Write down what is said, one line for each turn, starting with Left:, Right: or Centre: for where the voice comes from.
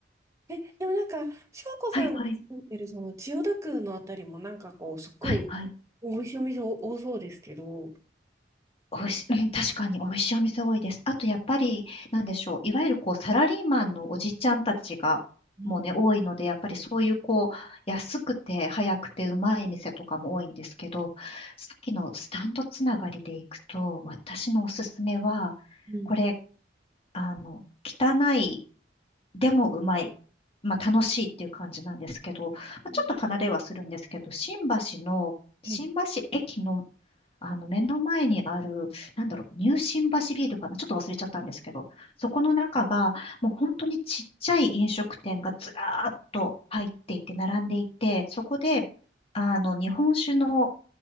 Right: え、でもなんか、翔子さんが住んでるその千代田区のあたりもなんかこう、
Left: はいはい。
Right: すっごい美味しいお店多そうですけど。
Left: はいはい。おいし、うん、確かに美味しいお店多いです。あとやっぱり、なんでしょう。いわゆるこう、サラリーマンのおじちゃんたちが、
Right: うん、
Left: もうね、多いので、やっぱりそういうこう、安くて早くてうまい店とかも多いんですけど、さっきのスタンドつながりで行くと、私のおすすめは、
Right: うん。
Left: これ、あの、汚いでもうまい。まあ楽しいっていう感じなんですけど、まあ、
Right: うん
Left: ちょっと離れはするんですけど、新橋の、
Right: はい。
Left: 新橋駅の、あの目の前にある、なんだろう、ニュー新橋ビールかな、ちょっと忘れちゃったんですけど、そこの中が、もう本当にちっちゃい飲食店がずらーっと入っていて、並んでいて、そこで、あの、日本酒の、